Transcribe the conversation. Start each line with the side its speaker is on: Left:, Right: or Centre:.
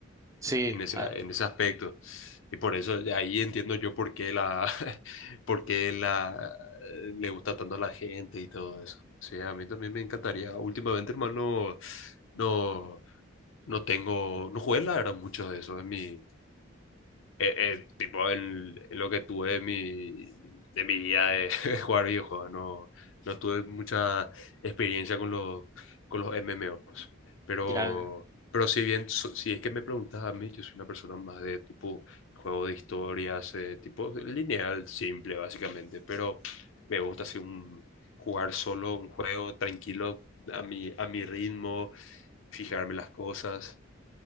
Right: sí,
Left: en ese,
Right: ah,
Left: en ese aspecto. Y por eso de ahí entiendo yo por qué la, <laughs> por qué la, le gusta tanto a la gente y todo eso. Sí, a mí también me encantaría. Últimamente, hermano, no, no tengo, no jugué la verdad mucho de eso, es mi, eh, eh, tipo en, en lo que tuve de mi, de mi vida de, <laughs> de jugar videojuegos, no, no tuve mucha experiencia con los, con los MMOs, pero,
Right: ya,
Left: pero si bien, so- si es que me preguntas a mí, yo soy una persona más de tipo juego de historias, eh, tipo lineal, simple básicamente, pero me gusta así un, jugar solo un juego tranquilo a mi, a mi ritmo, fijarme las cosas.